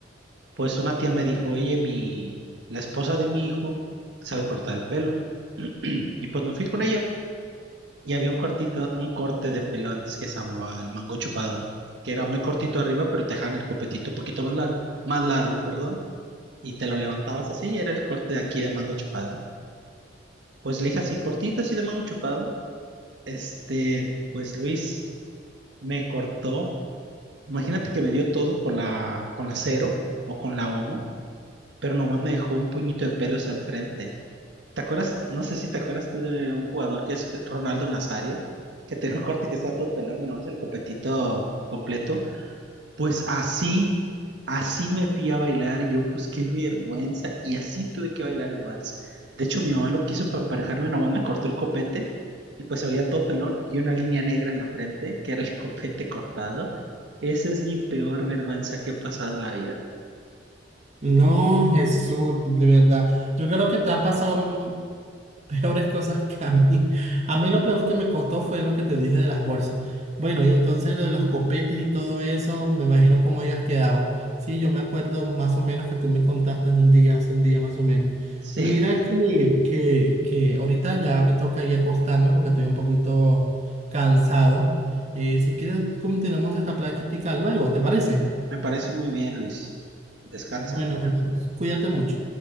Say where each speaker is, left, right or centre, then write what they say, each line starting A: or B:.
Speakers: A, on the right; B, on the right.
A: Pues una tía me dijo, oye, mi, la esposa de mi hijo sabe cortar el pelo. <clears throat> Y pues me fui con ella y había un cortito, un corte de pelo antes que se llamaba el mango chupado, que era muy cortito arriba, pero te dejaban el copetito un poquito más largo, más largo, perdón, y te lo levantabas así y era el corte de aquí de mango chupado. Pues le dije así, cortito así de mango chupado. Este, pues Luis, me cortó. Imagínate que me dio todo con la, con la cero o con la uno, pero nomás me dejó un puñito de pelos enfrente. ¿Te acuerdas? No sé si te acuerdas tú de un jugador que es Ronaldo Nazario, que tenía un corte que estaba todo pelón y nomás el copetito completo. Pues así, así me fui a bailar y yo, pues qué vergüenza. Y así tuve que bailar el vals. De hecho, mi mamá lo quiso para emparejarme, nomás me cortó el copete y pues había todo pelón y una línea negra en la frente, que era el copete cortado. Esa es mi peor vergüenza que he pasado en la vida.
B: No, Jesús, de verdad. Yo creo que te han pasado peores cosas que a mí. A mí lo peor que me costó fue lo que te dije de las bolsas. Bueno, y entonces lo de los copetes y todo eso, me imagino cómo hayas quedado. Sí, yo me acuerdo más o menos que tú me contaste un día, hace un día más o menos.
A: Sí,
B: Mira que, que, que ahorita ya me toca ir a acostarme porque estoy un poquito cansado. Eh, si quieres, continuamos esta plática luego, ¿te parece?
A: <laughs> me parece muy bien, Luis. Descansa.
B: Bueno, Jesús, cuídate mucho.